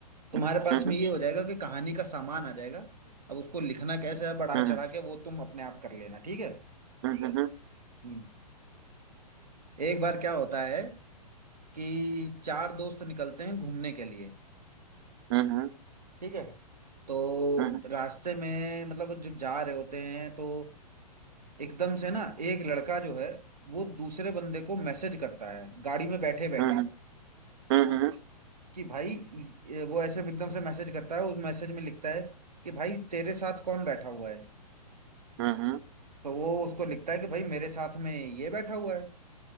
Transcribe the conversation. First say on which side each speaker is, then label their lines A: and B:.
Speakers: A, on the right; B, on the right.
A: तुम्हारे
B: हम्म
A: पास
B: हम्म हम्म
A: में
B: हम्म। हम्म,
A: ये हो जाएगा कि कहानी का सामान आ जाएगा अब उसको लिखना कैसे है बढ़ा
B: हम्म।
A: चढ़ा के वो तुम अपने आप कर लेना ठीक है
B: हम्म हम्म
A: हम्म एक बार क्या होता है कि चार दोस्त निकलते हैं घूमने के लिए
B: हम्म
A: ठीक है तो
B: हम्म
A: रास्ते में मतलब जब जा रहे होते हैं तो एकदम से ना एक लड़का जो है वो दूसरे बंदे को मैसेज करता है गाड़ी में बैठे बैठे
B: हम्म हम्म
A: कि भाई ये- वो ऐसे एकदम से मैसेज करता है उस मैसेज में लिखता है कि भाई तेरे साथ कौन बैठा हुआ है
B: हम्म हम्म
A: तो वो उसको लिखता है कि भाई मेरे साथ में ये बैठा हुआ है